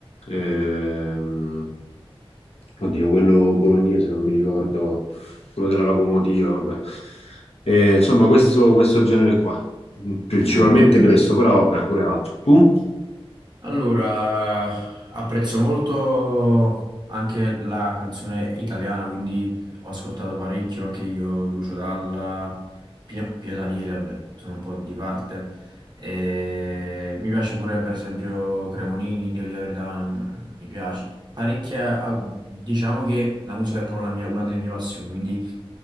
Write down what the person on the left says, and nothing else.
ehm, oddio, quello bolognese, non mi ricordo, quello della locomotiva, vabbè. Eh, insomma, questo, questo genere qua, principalmente
questo, però vabbè, pure altro. Tu?